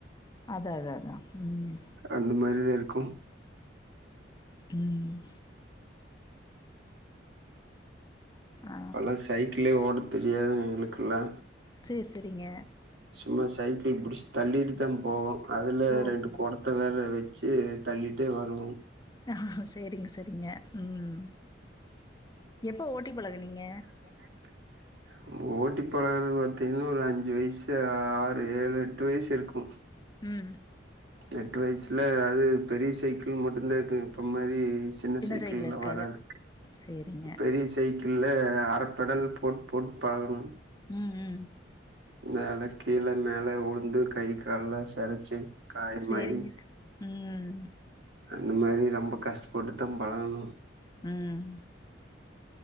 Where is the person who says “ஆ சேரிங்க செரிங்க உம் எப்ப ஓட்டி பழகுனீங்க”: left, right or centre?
Left